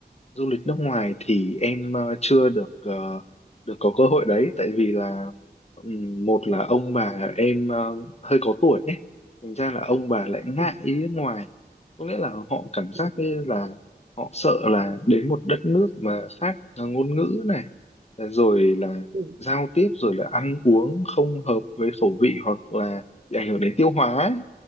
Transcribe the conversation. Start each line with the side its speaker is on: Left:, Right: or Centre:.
Left: du lịch nước ngoài thì em ờ, chưa được ờ, được có cơ hội đấy tại vì là ừm, một là ông bà em ờ, hơi có tuổi ấy thành ra là ông bà lại ngại
Right: ừ
Left: đi nước ngoài có nghĩa là họ cảm giác
Right: ừ
Left: như là họ sợ là đến một đất nước mà khác ờ, ngôn ngữ này ờ, rồi là
Right: ừ
Left: giao tiếp rồi là ăn uống không hợp với khẩu vị hoặc là bị ảnh hưởng đến tiêu hóa ấy.